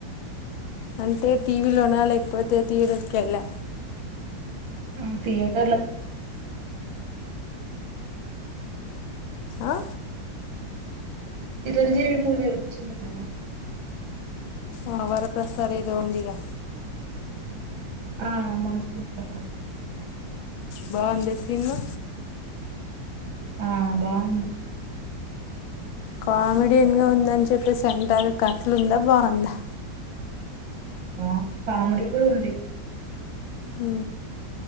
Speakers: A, on the left; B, on the right.
A: అంటే టీవీలోనా లేకపోతే థియేటర్కి వెళ్ళా
B: ఆ థియ <unintelligible>
A: ఆ
B: చిరంజీవి మూవీ వచ్చింది కదా
A: ఆ వరప్రసాదు ఏదో ఉందిగా
B: ఆ మనిషి <inaudible>
A: బావుంది తిను
B: ఆ బావుంది
A: కామెడియన్ గా ఉందని చెప్పేసి అంటారు కథలుందా బావుందా
B: ఆ కామెడీ కూడుంది
A: ఊ